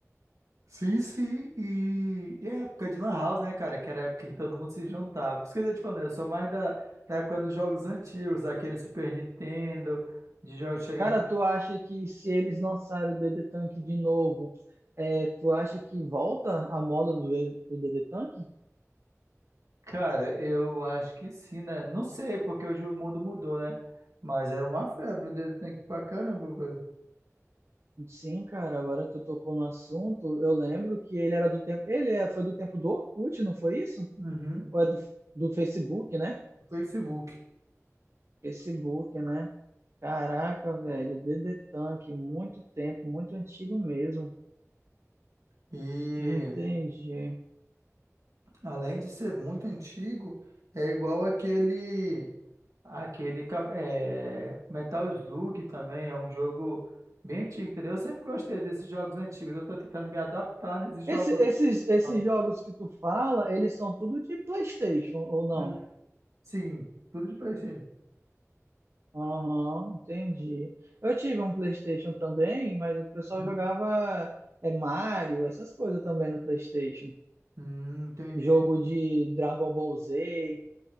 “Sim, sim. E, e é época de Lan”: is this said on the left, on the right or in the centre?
Right